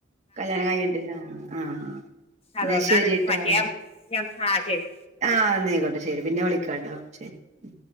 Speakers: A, on the right; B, on the left.
A: കല്യാണം കഴ്ഞ്ഞിട്ടില്ല ആഹ്
B: അതൊണ്ടാണ്
A: എന്നാ ശരിട്ടോ
B: മറ്റേ ആ ശരി
A: ആ ഇന്നയ്കോട്ടെ ശരി പിന്നെ വിളിക്കാട്ടെ ശരി ഉ